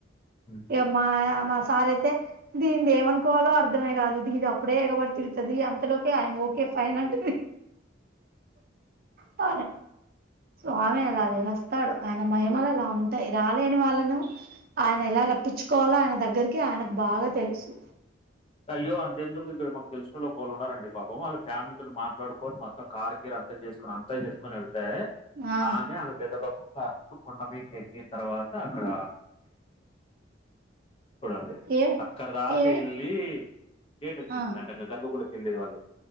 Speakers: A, on the left (about 30°); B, on the right (about 50°).
A: హ్మ్.
B: ఇవమ్మా మా సార్ అయితే దీది ఏమనుకోవాలో అర్థమే కాదు దీది అప్పుడే ఎగబడి తిడుతుంది అంతలోక ఆయ ఓకే ఫైన్ అంట ప స్వామి అలాగే వస్తాడు ఆయన మహిమలు అలా ఉంటాయి రాలేని వాళ్ళను ఆయన ఎలా రప్పించుకోవాలో ఆయన దగ్గరికి ఆయనకు బాగా తెలుసు
A: అయ్యో అంత ఎందుకు ఇక్కడ మాకు తెలుసుినళ్ లో ఒకళ్ళు ఉన్నారండి పాపం వాళ్ళు ఫ్యామిలీతోో మాట్లాడుకోవచ్చ మొత్తం కార్గిర్ అంత చేసుకుని అంతా చేసుకుొని వెళ్తే
B: ఆ
A: ఆమె ఆమె పెద్ద బాబు కొండ ఎక్కన తర్వాత అక్కడ చూడండి
B: ఏ
A: అక్కడ దాకా
B: ఏ
A: వెళ్ళి కేట వచ్చేసింది
B: ఆ
A: అంటేంక గర్భ కూడాకి వెళ్ళేది వాళ్ళు